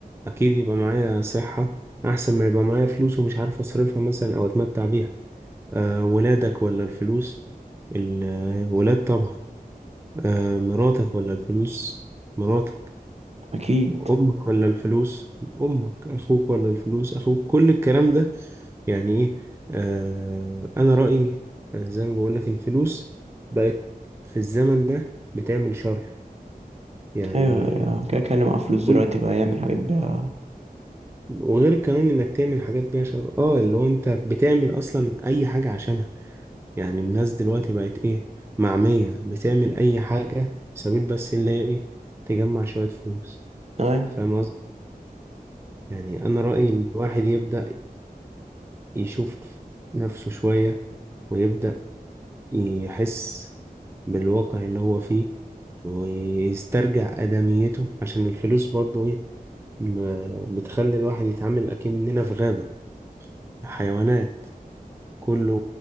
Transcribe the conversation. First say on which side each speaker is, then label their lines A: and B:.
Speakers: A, on the right (about 15°); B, on the right (about 45°).
A: اكيد يبقى معايا صحه احسن ما يبقى معايا فلوس ومش عارف اصرفها مثلا او اتمتع بيها أه ولادك ولا الفلوس الولاد طبعا أه مراتك ولا الفلوس مراتك
B: اكيد
A: امك ولا الفلوس امك اخوك ولا الفلوس اخوك كل الكلام ده يعني ايه آه انا رأيي آه، زي ما بقول لك الفلوس بقت في الزمن ده بتعمل شر يعني
B: ايوه أيوة، كده كلم مع فلوس دلوقتي
A: كل
B: بقى يعمل حاجات بيها
A: وغير كمان انك تعمل حاجات بيها شر اه اللي هو انت بتعمل اصلا اي حاجة عشانها يعني الناس دلوقتي بقت ايه معمية بتعمل اي حاجة في سبيل بس اللي هي ايه تجمع شوية فلوس
B: اي
A: فاهم قصدي يعني انا رأيي الواحد يبدأ يشوف نفسه شوية ويبدأ يحس بالواقع اللي هو فيه ويسترجع آدميته عشان الفلوس برضو إيه ما- بتخلي الواحد يتعامل أكننا في غابة حيوانات كله